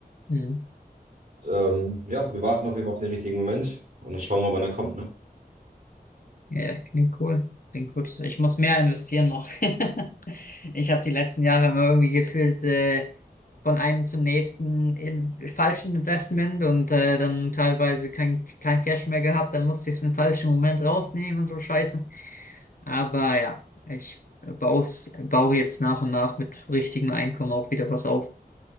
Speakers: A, on the left; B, on the right.
A: mhm.
B: Ähm, ja, wir warten auf jeden Fall auf den richtigen Moment und dann schauen wir, wann er kommt, ne?
A: Ja, klingt cool. Klingt gut. Ich muss mehr investieren noch. <laughs> Ich habe die letzten Jahre immer irgendwie gefühlt, äh, von einem zum nächsten in falschen Investment und äh, dann teilweise kein, kein Cash mehr gehabt, dann musste ich es im falschen Moment rausnehmen und so Scheiße. Aber ja, ich baus, baue jetzt nach und nach mit richtigem Einkommen auch wieder was auf.